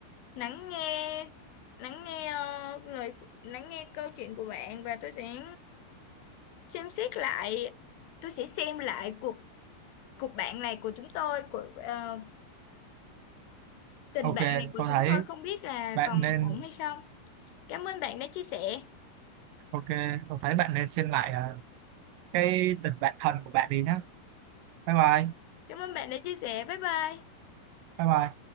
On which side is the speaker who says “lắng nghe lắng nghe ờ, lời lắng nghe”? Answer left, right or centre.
Left